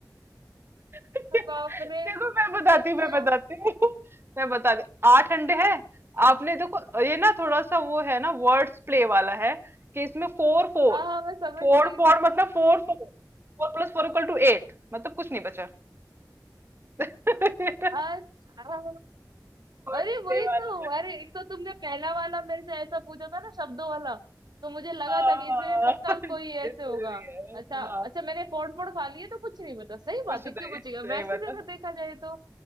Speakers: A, on the right; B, on the right.
A: <laughs>
B: <laughs>
A: देखो
B: बाप रे
A: मैं बताती
B: अच्छा
A: हूँ मैं बताती हूँ <laughs> मैं बताती आठ अंडे हैं आपने देखो ये ना थोड़ा सा वो है ना वर्ड्स प्ले वाला है कि इसमें फोर फोर
B: हाँ हाँ मैं समझ
A: फोर
B: गई
A: फोर मतलब four four four plus four equal to eight मतलब कुछ नहीं बचा <laughs> वर्ड्स
B: अच्छा अरे
A: प्ले
B: वही
A: वाला
B: तो
A: है
B: अरे एक तो तुमने पहला वाला मेरे से ऐसा पूछा था ना शब्दों वाला तो मुझे लगा
A: हाँ,
B: था कि इसमें भी पक्का कोई
A: इसलिए
B: ऐसे होगा अच्छा अच्छा
A: हाँ
B: मैंने पॉट पॉट खा लिया तो कुछ नहीं बता सही बात
A: कुछ
B: है क्यों
A: नहीं
B: बचेगा
A: सही
B: वैसे
A: बात
B: भी अगर
A: है
B: देखा जाए तो